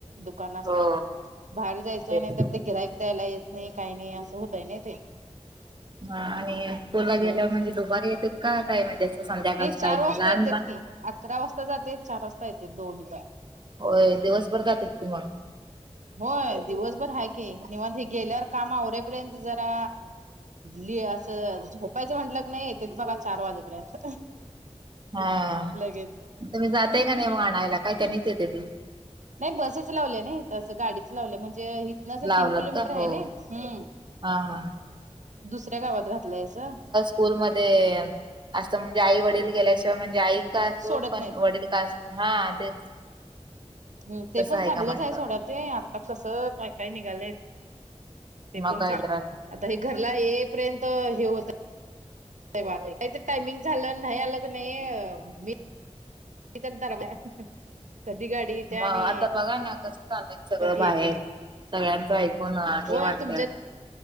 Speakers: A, on the right (about 85°); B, on the right (about 40°).
A: दुकान असल्यामुळ.
B: हो
A: बाहेर जायचं,
B: तेच
A: नाही तर ते गिरायीक द्यायला येत नाही काही नाही असं होतय ना ते.
B: हा आणि स्कूलला गेल्यावर
A: मग
B: म्हणजे, दुपारी येतेात, का काय म्हणजे, असं संध्याकाळच
A: नाही चार
B: काही
A: वाजता
B: लहान
A: येतेत
B: बा
A: की अकरा वाजता जाते, चार वाजता येते, दोन्ही पण.
B: होय दिवसभर जातात ती मग.
A: होय दिवसभर हाय कि, निव गेल्यावर काम आवऱ्यापर्यंत जरा ली असं झोपायचं म्हंटलं क नाही, ते बघा चार वाजेपर्यंत.
B: हा,
A: लगेच.
B: तुम्ही जातय का नाही मग आणायला, काय त्यांनी तेच येते ते.
A: नाही बसेच लावल्या ना इथ, असं गाडीच लावल्या म्हणजे, इथन स
B: लावलात
A: तीन किलोमीटर
B: का
A: आहे
B: हो
A: नाई, ह.
B: हा हा
A: दुसऱ्या गावात घातलायसा.
B: स्कूल मध्ये, असं म्हणजे आई वडील गेल्याशिवाय म्हणजे आई स
A: सोडत
B: हो पण
A: नाहीत
B: वडील कास हा तेच <unintelligible>
A: हम ते
B: तसं
A: पण चांगलंच
B: का म्हंटलं
A: आहे सोडा, ते आत्ता कसं काय काय निघालय, ते
B: मग
A: पण
B: काय
A: चांग,
B: तर हा
A: आता हे घरला ये पर्यंत हे होत, त्याच टायमिंग झालं नाही अल तस नाही मी तर दर बया कधी गाडी येत्या
B: मग
A: आणि
B: आता बघा ना कसं सगळं
A: कधी
B: बाहेर
A: येते
B: सगळ्यांचं ऐकून हे
A: होय
B: वाटते
A: तुमच्या
B: अस